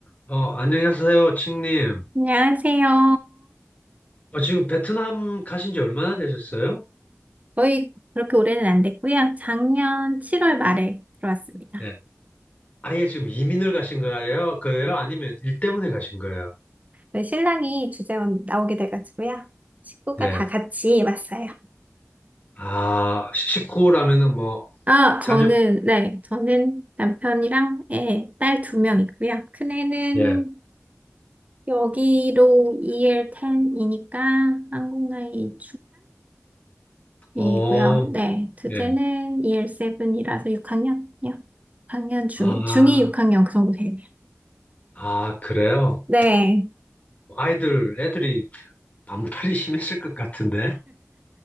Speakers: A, on the left (about 30°); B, on the right (about 30°).
A: 어, 안녕하세요, 칭님.
B: 안녕하세요.
A: 어, 지금 베트남 가신 지 얼마나 되셨어요?
B: 거의 그렇게 오래는 안 됐고요. 작년 7월 말에 들어왔습니다.
A: 네. 아예 지금 이민을 가신 거예요? 그예요? 아니면 일 때문에 가신 거예요?
B: 저희 신랑이 주재원 나오게 돼가지고요. 식구가
A: 네.
B: 다 같이 왔어요.
A: 아, 식구라면은 뭐,
B: 아, 저는,
A: 자녀,
B: 네, 저는 남편이랑 애, 딸 두 명 있고요. 큰애는
A: 예.
B: 여기로 EL10이니까 한국 나이 중3이고요.
A: 어,
B: 네, 둘째는
A: 예.
B: EL7이라서 6학년이요. 6학년 중2,
A: 아,
B: 중2 6학년 그 정도 되네요.
A: 아, 그래요?
B: 네.
A: 아이들, 애들이 반팔이 심했을 것 같은데.